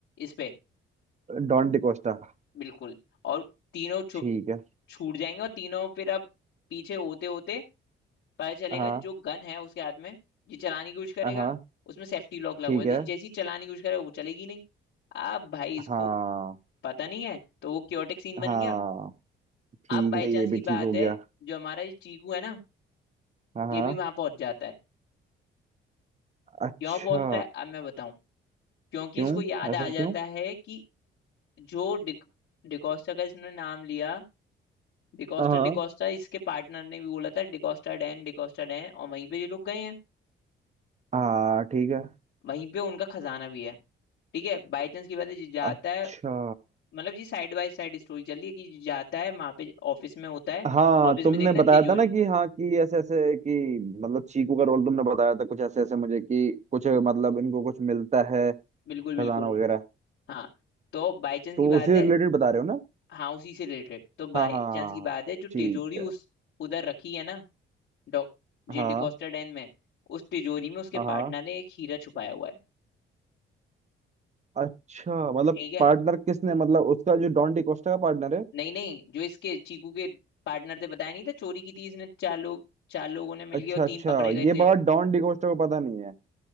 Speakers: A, on the left (about 75°); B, on the right (about 35°).
A: इस पे
B: डॉन डिकोस्टा
A: बिल्कुल और तीनों छु,
B: ठीक है
A: छूट जाएंगे और तीनों फिर अब पीछे होते होते पता चलेगा
B: हाँ
A: जो गन है उसके हाथ में ये चलाने की कोशिश करेगा
B: हाँ
A: उसमें सेफ्टी लॉक लगा
B: ठीक
A: हुआ
B: है
A: है जैसी चलाने की कोशिश करेगा वो चलेगी नहीं अब भाई इसको
B: हाँ
A: पता नहीं है तो वो क्योटिक सीन बन
B: हाँ
A: गया
B: ठीक
A: अब बाई
B: है ये
A: चांस
B: भी
A: की
B: ठीक
A: बात
B: हो
A: है
B: गया
A: जो हमारा ये चीकू है ना
B: हाँ हाँ
A: ये भी वहां पहुंच जाता है
B: अच्छा
A: क्यों पहुंचता है अब मैं बताऊं क्योंकि
B: क्यों
A: इसको याद
B: ऐसा
A: आ जाता
B: क्यों
A: है कि जो डिक, डिकोस्टा का इसने नाम लिया डिकोस्टा
B: हाँ
A: डिकोस्टा इसके पार्टनर ने भी बोला था डिकोस्टा डैन डिकोस्टा डैन और वहीं पे ये लोग गए हैं
B: हाँ ठीक है
A: वहीं पे उनका खजाना भी है ठीक है बाई चांस की बात है जी जाता
B: अच्छा
A: है मतलब जी साइड बाय साइड स्टोरी चल रही है कि जी जाता है वहां पे ऑफिस में होता है
B: हाँ
A: ऑफिस
B: तुमने
A: में देखता
B: बताया
A: है तिजोरी
B: था ना कि हाँ कि ऐसे ऐसे कि मतलब चीकू का रोल तुमने बताया था कुछ ऐसे ऐसे मुझे कि कुछ मतलब इनको कुछ मिलता है
A: बिल्कुल बिल्कुल
B: खजाना वगैरह
A: हाँ तो बाई चांस
B: तो
A: की बात
B: उसी
A: है
B: रिलेटेड बता रहे हो ना
A: हाँ उसी से रिलेटेड तो बाई
B: हाँ हाँ
A: चांस की बात है जो
B: ठीक
A: तिजोरी
B: है
A: उस उधर रखी है ना डॉ जे
B: हाँ
A: डिकॉस्टा डैन में उस तिजोरी में उसके
B: हाँ
A: पार्टनर
B: हाँ।
A: ने एक हीरा छुपाया हुआ है
B: अच्छा मतलब
A: ठीक है
B: पार्टनर किसने मतलब उसका जो डॉन डिकोस्टा का पार्टनर है
A: नहीं नहीं जो इसके चीकू के पार्टनर थे बताया नहीं था चोरी की थी इसने चार लोग चार लोगों ने मिलके
B: अच्छा
A: और
B: अच्छा
A: तीन पकड़े गए
B: ये
A: थे
B: बात डॉन डिकोस्टा को पता नहीं है